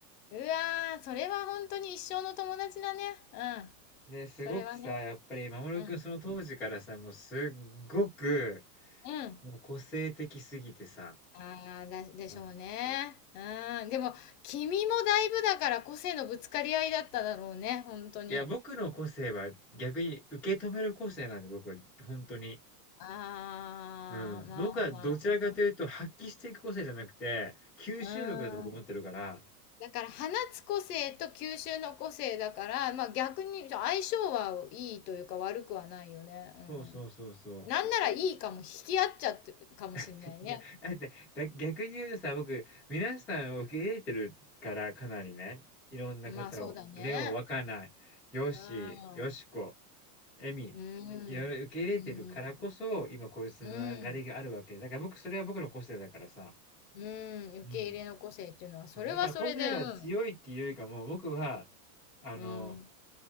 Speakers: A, on the left (about 70°); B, in the centre.
A: うわー、それは本当に一生の友達だね。うん。
B: で、すごくさ、
A: それはね、
B: やっぱり守君その当時からさ、
A: うん、
B: もうすっごく、
A: うん。
B: もう個性的すぎてさ、
A: ああ、だ、でしょうね。
B: うん。
A: うん、でも、君もだいぶだから個性のぶつかり合いだっただろうね、本当に。
B: いや、僕の個性は逆に受け止める個性なんで、僕は、本当に。
A: ああ、
B: うん。
A: まあまあま
B: 僕はどちらかというと、発揮していく個性じゃなくて、吸収力だと僕思ってるから。
A: あ。うん。だから放つ個性と吸収の個性だから、まあ逆に相性はいいというか悪くはないよね。
B: そうそうそうそう。
A: うん。なんならいいかも、引き合っちゃってるかもしんないね。
B: <laughs> いや、だって、だ逆に言うとさ、僕、皆さんを受け入れてるから、かなりね、いろんな方を、
A: まあそうだね。
B: レオ、わかない、ヨッシー、
A: うん。
B: ヨシコ、エミ、
A: うん。
B: いろいろ受け入れてるからこそ、
A: うーん。
B: 今こういうつながりがあるわけ。
A: うーん。
B: だから僕、それは僕の個性だからさ。
A: うん、受け入れの個性っていうのは、
B: うん。
A: それはそれで、
B: そう。だから個性が強いっていうよりかも、
A: うん。
B: 僕は、あの、
A: うん。